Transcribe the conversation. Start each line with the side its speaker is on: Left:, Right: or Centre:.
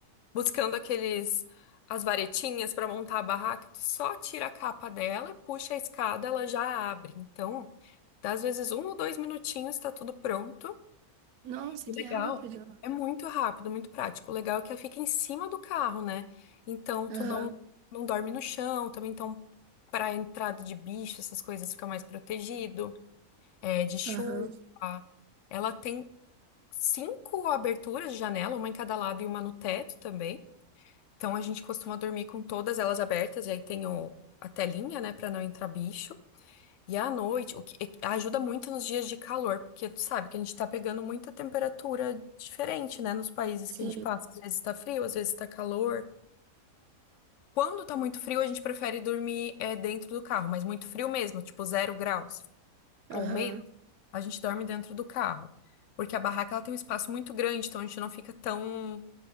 Left: buscando aqueles as varetinhas para montar a barraca, tu só tira a capa dela, e puxa a escada, ela já abre. Então, dá às vezes um ou dois minutinhos, tá tudo pronto.
Right: Nossa,
Left: E o
Right: que
Left: legal,
Right: rápido.
Left: é muito rápido, muito prático. O legal é que ela fica em cima do carro, né? Então, tu
Right: Aham,
Left: não não dorme no chão, também então para entrada de bicho, essas coisas fica mais protegido, é, de chuva.
Right: aham.
Left: Ela tem cinco aberturas de janela, uma em cada lado e uma no teto também. Então a gente costuma dormir com todas elas abertas, e aí tem o, a telinha, né, pra não entrar bicho. E à noite, o que e- ajuda muito nos dias de calor, porque tu sabe que a gente tá pegando muita temperatura diferente, né, nos países
Right: Sim,
Left: que a gente passa. Às vezes tá frio, às vezes tá calor. Quando tá muito frio, a gente prefere dormir é, dentro do carro, mas muito frio mesmo, tipo zero graus
Right: aham.
Left: ou menos, a gente dorme dentro do carro. Porque a barraca ela tem um espaço muito grande, então a gente não fica tão